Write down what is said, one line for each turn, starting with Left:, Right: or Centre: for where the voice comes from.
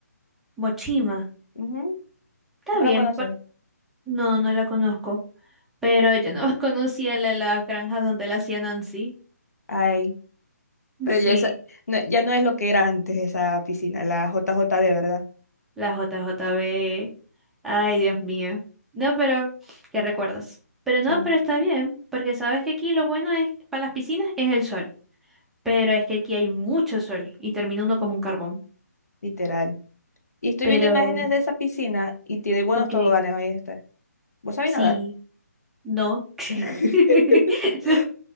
Centre: Mochima,
Left: Ujú,
Centre: está
Left: ¿No
Centre: bien.
Left: la conoces?
Centre: por- No, no la conozco. Pero yo no <laughs> conocía la- las granjas donde la hacía Nancy.
Left: Ay, pero
Centre: Sí,
Left: ya, esa, no- ya no es lo que era antes esa piscina, la J J de verdad.
Centre: la J J B. Ay, Dios mío. No, pero, ¿qué recuerdas? Pero
Left: Chama.
Centre: no, pero está bien, porque sabes que aquí lo bueno es para las piscinas es el sol. Pero es que aquí hay mucho sol y termina
Left: Ujú.
Centre: uno como un carbón.
Left: Literal. Y estoy
Centre: Pero,
Left: viendo imágenes de esa piscina y tiene buenos
Centre: ok,
Left: toboganes, ahí está. ¿Vos sabés
Centre: sí,
Left: nadar?
Centre: no.
Left: <laughs>
Centre: <laughs> No,